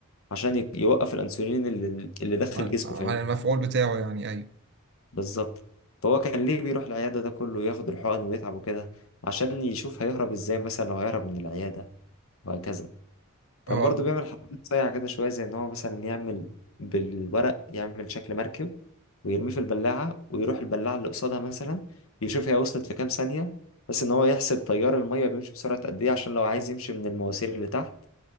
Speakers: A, on the left (about 70°); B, on the right (about 50°).
A: عشان ي- يوقف الأنسولين اللي, اللي داخل
B: عن
A: جسمه
B: عن
A: فاهم
B: المفعول بتاعه يعني ايوه
A: بالظبط فهو كان ليه بيروح العيادة ده كله ياخد الحقن ويتعب وكده عشان يشوف هيهرب إزاي مثلا لو هيهرب من العيادة وهكذا كان
B: اه
A: برضو بيعمل حركات صايعة كده شوية زي إن هو مثلا يعمل بالورق يعمل شكل مركب ويرميه في البلاعة ويروح البلاعة اللي قصادها مثلا يشوف هي وصلت في كام ثانية بس إن هو يحسب تيار المية بيمشي بسرعة قد إيه عشان لو عايز يمشي من المواسير اللي تحت